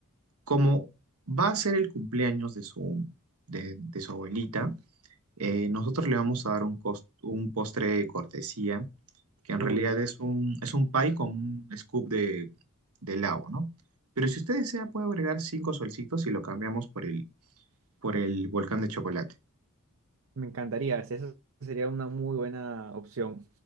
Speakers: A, on the right; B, on the right.
A: Como va a ser el cumpleaños de su, de, de su abuelita, eh, nosotros le vamos a dar un, cos- un postre de cortesía, que en
B: Uy.
A: realidad es un, es un pie con un scoop de, de helado, ¿no? Pero si usted desea, puede agregar cinco solcitos y lo cambiamos por el, por el volcán de chocolate.
B: Me encantaría, es- eso sería una muy buena opción.